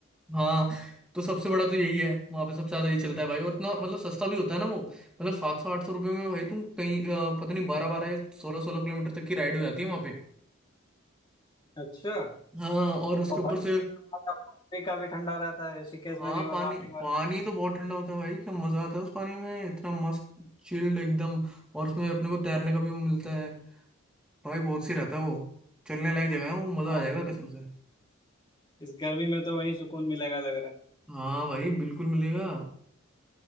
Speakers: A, in the centre; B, on the left (about 20°).
A: हाँ तो सबसे बड़ा तो यही है वहाँ पे सबसे ज्यादा ये चलता है भाई और इतना मतलब सस्ता भी होता है ना वो मतलब सात सौ आठ सौ रुपये में भाई तुम कहीं अ, पता नहीं बारह बारह सोलह सोलह किलोमीटर तक की राइड हो जाती है वहाँ पे
B: अच्छा
A: हाँ और उसके
B: और
A: ऊपर
B: भाई
A: से
B: वहाँ का पानी भी काफी ठंडा रहता है ऋषिकेश
A: हाँ
B: में रिवर
A: पानी
B: राफ्टिंग वाला
A: पानी तो बहुत ठंडा होता है भाई क्या मजा आता है उस पानी में इतना मस्त चिल्ड एकदम और उसमें अपने को तैरने का भी वो मिलता है भाई बहुत सी रहता है वो चलने लायक जगह है वो मजा
B: हाँ
A: आ जाएगा
B: भाई
A: कसम से
B: इस गर्मी में तो वहीं सुकून मिलेगा लग रहा है
A: हाँ भाई बिल्कुल मिलेगा